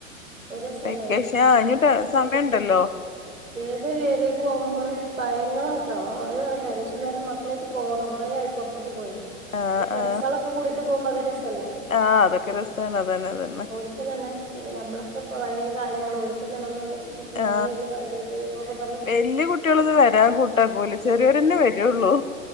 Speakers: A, on the right; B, on the left.
A: ഒരു രസല്ലേ
B: വെക്കേഷൻ ആകാനായിട്ട്
A: അങ്ങനെ വിചാരിക്കും
B: സമയം ഉണ്ടല്ലോ
A: ഏതൊരു ഏരിയക്ക് പോകുമ്പോഴും ഭയങ്ങളാട്ടോ അത് കുറേ കാര്യം എന്നാലും മക്കളായിട്ട് പോണം കൊറേ ആയി പുറത്തൊക്ക പോയി
B: ആ
A: പരീക്ഷകളൊക്കെ
B: ആ
A: കൂടിട്ട് പോക- <inaudible> <unintelligible>
B: ആ അതൊക്കെ രസാണ് അതന്നെ അതന്നെ
A: ഒരുക്കും തന്നെ നമ്മളൊക്കെ ഇപ്പോ പഴയ കാലങ്ങൾ ഒടുക്കുന്നതന്നൊന്ന് ഞങ്ങളെ
B: ആ
A: ഒന്ന് ഭയങ്കരദ
B: വല്യ കുട്ടികളൊന്നും വരാൻ കൂട്ടാക്കൂല ചെറിയൊരന്നെ വരുള്ളൂ